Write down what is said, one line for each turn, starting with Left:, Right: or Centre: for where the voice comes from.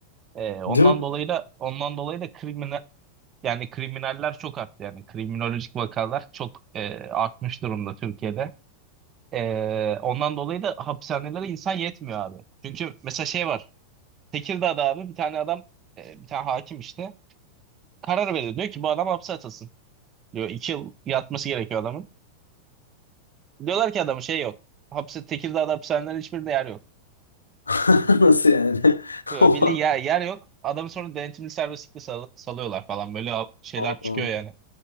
Right: Ee, ondan
Left: Değil mi?
Right: dolayı da ondan dolayı da kriminal yani kriminaller çok arttı yani kriminolojik vakalar çok e, artmış durumda Türkiye'de. Ee, ondan dolayı da hapishanelere insan yetmiyor abi. Çünkü mesela şey var. Tekirdağ'da abi bir tane adam e, bir tane hakim işte karar veriyor. Diyor ki bu adam hapse atılsın. Diyor iki yıl yatması gerekiyor adamın. Diyorlar ki adamın şey yok. Hapse Tekirdağ'da hapishanelerin hiçbirinde yer yok.
Left: <laughs> Nasıl yani? <laughs>
Right: Böyle
Left: Ama
Right: Belli yer, yer yok. Adamı sonra denetimli serbestlikle sal- salıyorlar falan. Böyle şeyler
Left: Allah'ım.
Right: çıkıyor yani.